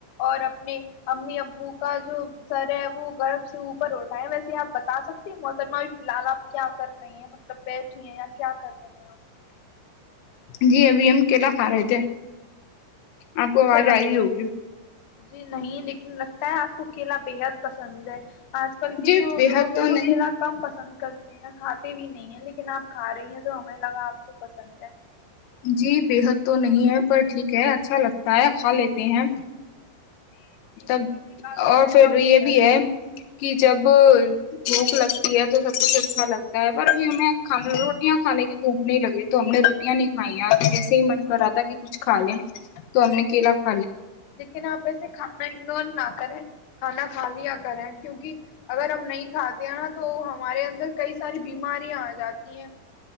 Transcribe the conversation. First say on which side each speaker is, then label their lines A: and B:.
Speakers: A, on the left; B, on the left.
A: اور اپنے امی ابو کا جو سر ہے وہ گرب سے اوپر اٹھاے ی ویسے آپ بتا سکتے محترمہ ا فی الحال آپ کیا کر رہی ہیں مطلب بیٹھی ہیں یا کیا کر رہی ہیں آپ
B: جی ابھی ہم کیلا کھا رہے تھے آپ کو
A: اچھا
B: آواز
A: لگ
B: آئی ہوگی
A: جی نہیں لیکن لگتا ہے آپ کو کیلا بےحد پسند ہے آج کل کے
B: جی
A: جو
B: بےحد
A: لوگ
B: تو
A: ہیں
B: نہیں
A: وہ کلا کم پسند کرتے ہیں کھاتے بھی نہیں ہے لیکن آپ کھا رہی ہیں تو ہمیں لگا آپ کو پسند ہے
B: جی بےحد تو نہیں ہے پر ٹھیک ہے اچھا لگتا ہے کھا لیتے ہیں
A: جی صحت
B: تب
A: کے لیے کافی
B: اور
A: اچھا
B: پھر
A: ہوتا
B: یہ بھی ہے کہ جب بھوک لگتی ہے تو سب کچھ اچھا لگتا ہے پر بھی ہمیں کھان روٹیاں کھانے کی بھوک نہیں لگ رہی تو ہم نے روٹیاں نہیں ہھ ویسے ہی من کر رہا تھا کہ کچھ کھا لے تو ہم نے کیلا کھ
A: لیکن آپ ایسے کھانا انن نہ کریں کھانا کھا لیا کریں کیونکہ اگر ہم نہیں کھاتے ہیں نا تو ہمارے اندر کئی ساری بیماریاں آ جاتی ہیں